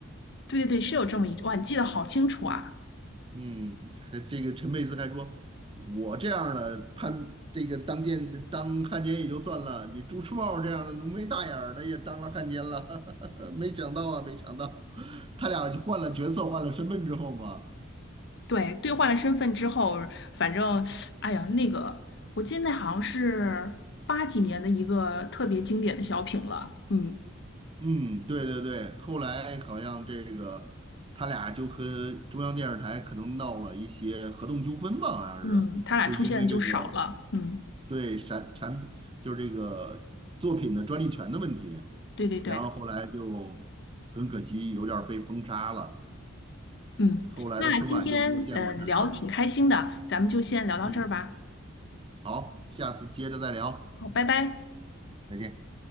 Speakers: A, on the left; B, on the right.
A: 对对对，是有这么一句，哇，你记得好清楚啊！
B: 嗯，还这个陈佩斯还说，我这样儿的叛，这个当奸当汉奸也就算了，你朱时茂这样的浓眉大眼儿的也当了汉奸了，<laughs> 没想到啊，没想到，<laughs> 他俩就换了角色，换了身份之后嘛，
A: 对，兑换了身份之后，反正，哎呀，那个，我记得那好像是八几年的一个特别经典的小品了，嗯
B: 嗯，对对对，后来好像这个他俩就和中央电视台可能闹了一些合同纠纷吧，好像是，
A: 嗯，他俩出现的就少了，
B: 就因为这个
A: 嗯，
B: 对产产品就是这个作品的专利权的问题，
A: 对对对，
B: 然后后来就很可惜有点儿被封杀了，
A: 嗯，
B: 后来的春晚就没有见过他俩了。
A: 那今天嗯呃聊的挺开心的，咱们就先聊到这儿吧，
B: 嗯，好，下次接着再聊，
A: 好，拜拜。
B: 再见。